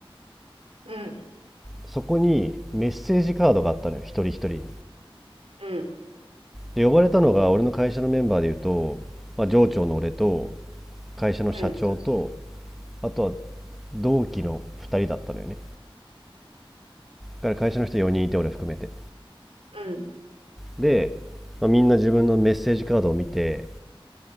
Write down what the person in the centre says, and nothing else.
そこにメッセージカードがあったのよ一人一人に
で呼ばれたのが俺の会社のメンバーでいうと、まあ、上長の俺と会社の社長と
あとは同期の2人だったのよねだから会社の人4人いて俺含めて
で、まあ、みんな自分のメッセージカードを見て